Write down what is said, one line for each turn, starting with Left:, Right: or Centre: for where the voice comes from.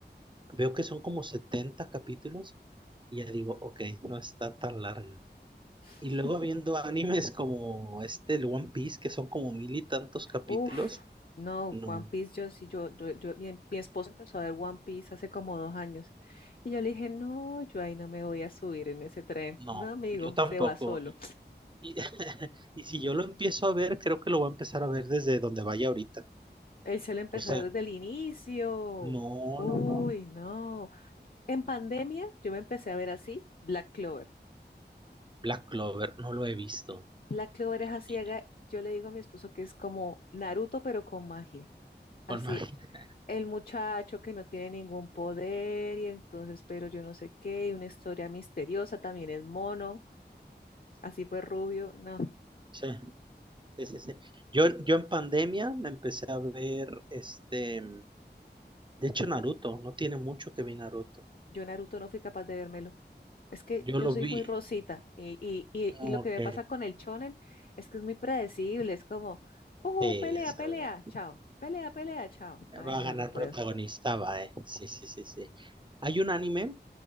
Right: veo que son como 70 capítulos y ya digo, ok, no está tan larga.
Left: <laughs>
Right: Y luego viendo animes como este, el One Piece, que son como mil y tantos capítulos,
Left: Uf, no,
Right: no,
Left: One Piece, yo sí, yo, yo, yo- mi, mi esposo empezó a ver One Piece hace como dos años y yo le dije, no, yo ahí no me voy a subir en ese tren.
Right: no,
Left: No, amigo,
Right: yo tampoco.
Left: se va solo.
Right: Y, <laughs> y si yo lo empiezo a ver, creo que lo voy a empezar a ver desde donde vaya ahorita.
Left: Él se lo empezó
Right: O sea,
Left: desde el inicio.
Right: no,
Left: Uy,
Right: no, no.
Left: no. En pandemia yo me empecé a ver así Black Clover.
Right: Black Clover, no lo he visto.
Left: Black Clover es así,
Right: Y
Left: haga- yo le digo a mi esposo que es como Naruto, pero con magia.
Right: con
Left: Sí,
Right: Mari. <laughs>
Left: el muchacho que no tiene ningún poder y entonces, pero yo no sé qué, y una historia misteriosa, también es mono, así pues rubio. No,
Right: Sí, sí, sí, sí. Yo, yo en pandemia me empecé a ver este. De hecho, Naruto. No tiene mucho que vi Naruto.
Left: yo Naruto no fui capaz de vérmelo. Es que
Right: Yo
Left: yo
Right: lo
Left: soy
Right: vi.
Left: muy rosita y, y, y, y
Right: Ok.
Left: lo que me pasa con el shonen es que es muy predecible, es como, uh,
Right: Sí,
Left: pelea,
Right: ya sabes.
Left: pelea, chao, pelea, pelea, chao. Ay,
Right: Va
Left: no,
Right: a ganar
Left: no puedo.
Right: protagonista, va, eh. Sí, sí, sí, sí. Hay un anime